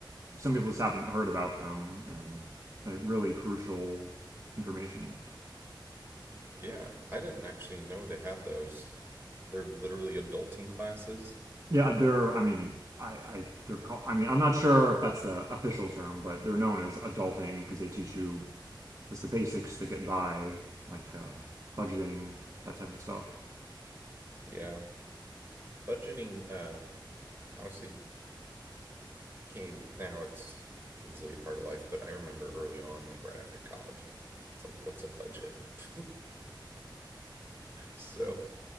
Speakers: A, on the right (about 40°); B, on the right (about 25°).
A: some people just haven't heard about them and like really crucial information.
B: Yeah, I didn't actually know they had those. They're literally adulting classes.
A: Yeah, they're. I mean, I, I they're called. I mean, I'm not sure if that's the official term, but they're known as adulting because they teach you just the basics to get by, like uh, budgeting, that type of stuff.
B: Yeah. Budgeting uh honestly became now it's easily a part of life, but I remember early on like right after college, it's like what's a budget? <laughs> So,